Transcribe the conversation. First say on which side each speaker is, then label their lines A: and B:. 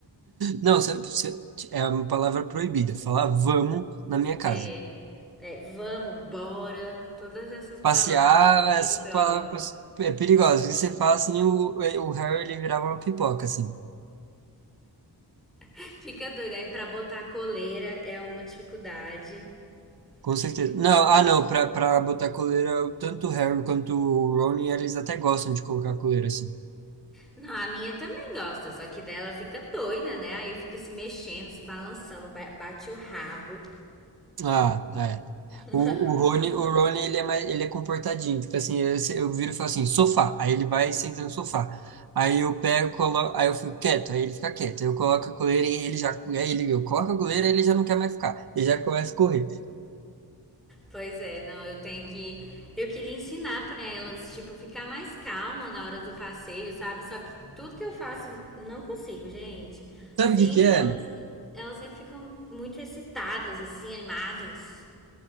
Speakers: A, on the right; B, in the centre.
A: não, se- se- é uma palavra proibida. Falar vamos na minha casa.
B: É, é, vamos, bora. Todas essas palavras
A: Passear,
B: são perigosas.
A: essa palavra é perigosa. porque Você fala assim, o, o Harry ele virava uma pipoca, assim.
B: Fica doido. Aí pra botar a coleira é uma dificuldade.
A: Com certeza.
B: Fica
A: Não,
B: doidinha.
A: ah, não, pra, pra botar coleira, tanto o Harry quanto o Rony, eles até gostam de colocar coleira, assim.
B: Não, a minha também gosta, só que dela fica doida, né? Aí fica se mexendo, se balançando, ba- bate o rabo.
A: Ah, é.
B: <laughs>
A: O,
B: Uma
A: o
B: confusão.
A: Rony, o Rony, ele é mais, ele é comportadinho. Tipo assim, eu, se- eu viro e falo assim, sofá. Aí ele vai e senta no sofá. Aí eu pego, coloco, aí eu fico quieto, aí ele fica quieto. Aí eu coloco a coleira e ele já, aí ele, eu coloco a coleira e ele já não quer mais ficar. Ele já começa a correr.
B: Pois é, não, eu tenho que. Eu queria ensinar pra elas, tipo, ficar mais calma na hora do passeio, sabe? Só que tudo que eu faço, não consigo, gente.
A: Sabe
B: Sempre
A: o que que é?
B: elas, elas sempre ficam muito excitadas, assim, animadas.